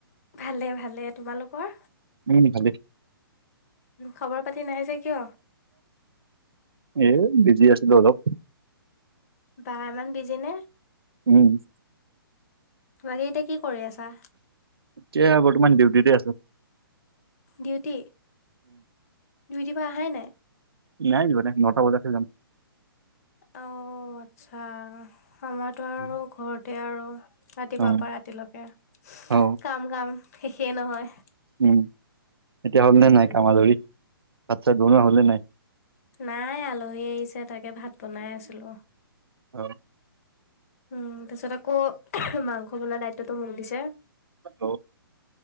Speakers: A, on the left; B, on the right.
A: ভালে ভালে, তোমালোকৰ?
B: উম ভালে।
A: খবৰ পাতি নাই যে কিয়?
B: এই বিজি আছিলো অলপ।
A: বা ইমান বিজি নে?
B: উম
A: বাকী এতিয়া কি কৰি আছা
B: এতিয়া বৰ্তমান ডিউটিতে আছোঁ।
A: ডিউটি, ডিউটিৰ পৰা আহাই নাই?
B: নাই যোৱা নাই নটা বজাতহে যাম।
A: অ' আচ্ছা, আমাৰতো
B: <inaudible>
A: আৰু ঘৰতে আৰু ৰাতিপুৱা
B: অ
A: পৰা ৰাতিলৈকে
B: অ
A: কাম কাম শেষেই নহয়।
B: উম এতিয়া হ'ল
A: উম
B: নে নাই কাম আজৰি, ভাত চাত বনোৱা হ'ল নে নাই?
A: নাই আলহী আহিছে তাকে ভাত বনাই আছিলোঁ।
B: <inaudible>
A: উম তাৰপিছত আকৌ মাংস বনোৱা দায়িত্বটো মোক দিছে।
B: অ